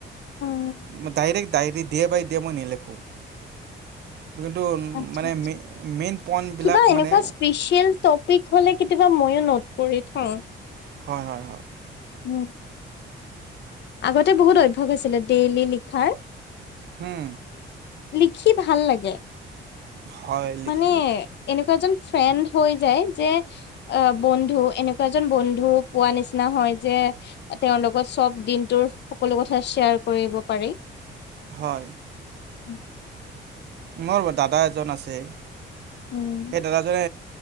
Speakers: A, on the left; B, on the right.
A: উম
B: ম ডাইৰেক্ট ডাই ডে বাই ডে মই নিলেখো। কিন্তু
A: আচ্ছা
B: মানে
A: আচ্ছা।
B: মে-মেইন পইণ্টবিলাক
A: কিবা এনেকুৱা
B: মানে
A: স্পেচিয়েল টপিক হলে কেতিয়াবা মইো নট কৰি থওঁ।
B: হয় হয় হয়।
A: উ, আগতে বহুত অভ্যাস আছিলে ডেইলি লিখাৰ।
B: উম।
A: লিখি ভাল লাগে।
B: হয় লিখিব
A: মানে এনেকুৱা এজন ফ্ৰেণ্ড হৈ যায় যে অ'- বন্ধু, এনেকুৱা এজন বন্ধু পোৱা নিচিনা হয় যে, তেওঁৰ লগত চব দিনটোৰ সকলো কথা শ্বেয়াৰ কৰিব পাৰি।
B: হয়।
A: উম।
B: মোৰ দাদা এজন আছে।
A: উম
B: সেই দাদাজনে